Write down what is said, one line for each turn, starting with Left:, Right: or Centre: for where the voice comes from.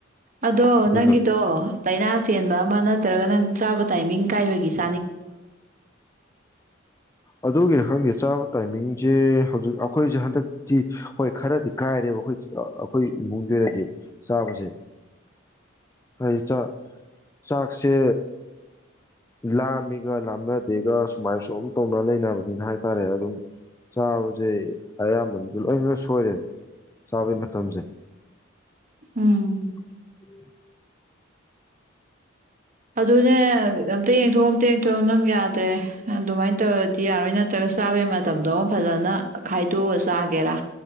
Right: ꯑꯗꯣ
Left: ꯑꯗꯨꯅ
Right: ꯅꯪꯒꯤꯗꯣ ꯂꯥꯏꯅꯥ ꯆꯦꯟꯕ ꯑꯃ ꯅ ꯅꯠꯇ꯭ꯔꯒ ꯅꯪ ꯆꯥꯕ ꯇꯥꯏꯃꯤꯡ ꯀꯥꯏꯕꯒꯤꯁꯦ
Left: ꯑꯗꯨꯒꯤ ꯈꯪꯒꯦ ꯆꯥꯕ ꯇꯥꯏꯃꯤꯡꯁꯦ ꯍꯧꯖꯤꯛ ꯑꯩꯈꯣꯏꯁꯦ ꯍꯟꯗꯛꯇꯤ ꯍꯣꯏ ꯈꯔꯗꯤ ꯀꯥꯏꯔꯦꯕ ꯑꯩꯈꯣꯏ ꯑꯩꯈꯣꯏ ꯏꯃꯨꯡꯒꯤ ꯑꯣꯏꯅꯗꯤ ꯆꯥꯕꯁꯦ ꯍꯥꯏꯗꯤ ꯆ ꯆꯥꯛꯁꯦ ꯂꯥꯝꯃꯤ ꯒ ꯂꯥꯞꯅꯗꯦꯒ ꯁꯨꯃꯥꯏꯅ ꯁꯨꯝꯨꯝ ꯇꯧꯅ ꯂꯩꯅꯕꯅꯤꯅ ꯍꯥꯏꯇꯥꯔꯦ ꯑꯗꯨꯝ ꯆꯥꯕꯁꯦ ꯑꯌꯥꯝꯕꯅꯗꯤ ꯂꯣꯏꯅ ꯁꯣꯏꯔꯦ ꯆꯥꯕꯩ ꯃꯇꯝꯁꯦ
Right: ꯎꯝ
Left: ꯎ
Right: ꯑꯗꯨ ꯑꯗꯨꯅꯦ ꯑꯝꯛꯇ ꯌꯦꯡꯊꯣꯛꯎ ꯑꯝꯇ ꯌꯦꯡꯊꯣꯛꯎ ꯅꯪ ꯌꯥꯗ꯭ꯔꯦ ꯑꯗꯨꯃꯥꯏꯅ ꯇꯧꯔꯗꯤ ꯌꯥꯔꯣꯏ ꯅꯠꯇ꯭ꯔꯒ ꯆꯥꯕꯒꯤ ꯃꯇꯝꯗꯣ ꯑꯃ ꯐꯖꯅ ꯈꯥꯏꯗꯣꯛꯑꯒ ꯆꯥꯒꯦꯔꯥ